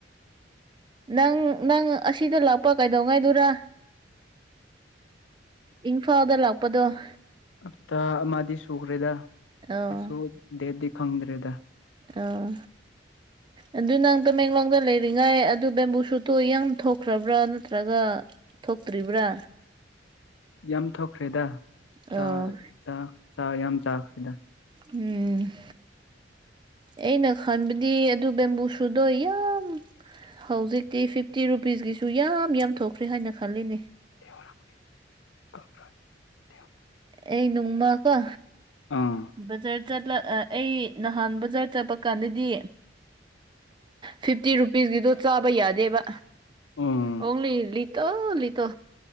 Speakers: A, on the right; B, on the left.
A: ꯅꯪ ꯅꯪ ꯑꯁꯤꯗ ꯂꯥꯛꯄ ꯀꯩꯗꯧꯉꯥꯏꯗꯨꯔꯥ ꯏꯝꯐꯥꯜꯗ ꯂꯥꯛꯄꯗꯣ ꯍ
B: ꯑꯞꯇꯥ ꯑꯃꯗꯤ ꯁꯨꯈ꯭ꯔꯦꯗ ꯑꯩꯩꯁꯨ
A: ꯑꯥ
B: ꯗꯦꯗꯤ ꯈꯪꯗ꯭ꯔꯦꯗ
A: ꯑꯥ ꯑꯗꯨ ꯅꯪ ꯇꯃꯦꯡꯂꯣꯡꯗ ꯂꯩꯔꯤꯉꯥꯏ ꯑꯗꯨ ꯕꯦꯝꯕꯨ ꯁꯨꯠꯇꯣ ꯏ ꯊꯣꯛꯈ꯭ꯔꯕ꯭ꯔꯥ ꯅꯠꯇ꯭ꯔꯒ ꯊꯣꯛꯇ꯭ꯔꯤꯕ꯭ꯔꯥ
B: ꯌꯥꯝ ꯊꯣꯛꯈ꯭ꯔꯦꯗ
A: ꯑꯣ
B: ꯆꯥ ꯆꯥ ꯆꯥ ꯌꯥꯝ ꯆꯗ
A: ꯎꯝ ꯑꯩꯅ ꯈꯟꯕꯗꯤ ꯑꯗꯨ ꯕꯦꯝꯕꯨ ꯁꯨꯗꯣꯏ ꯌꯥꯝ ꯍꯧꯖꯤꯛ ꯤ ꯐꯤꯐꯇꯤ ꯔꯨꯄꯤꯁꯀꯤꯁꯨ ꯌꯥ ꯌꯥꯝ ꯊꯣꯛꯈ꯭ꯔꯦ ꯍꯥꯏꯅ ꯈꯜꯂꯤꯅꯦ
B: <unintelligible>
A: ꯑꯩ ꯅꯅꯨꯡꯃ ꯀ
B: ꯑꯥ
A: ꯑ ꯆꯠ ꯆꯠꯂ ꯑ ꯑꯩ ꯅꯍꯥꯟ ꯖꯥꯠ ꯆꯠꯄ ꯀꯥꯟꯗꯗꯤ ꯐꯤꯐꯇꯤ ꯔꯨꯄꯤꯁꯀꯤꯗꯣ ꯆꯥꯕ ꯌꯥꯗꯦꯕ
B: ꯎꯝ
A: ꯑ ꯂꯤ ꯇ ꯂꯤꯇꯣ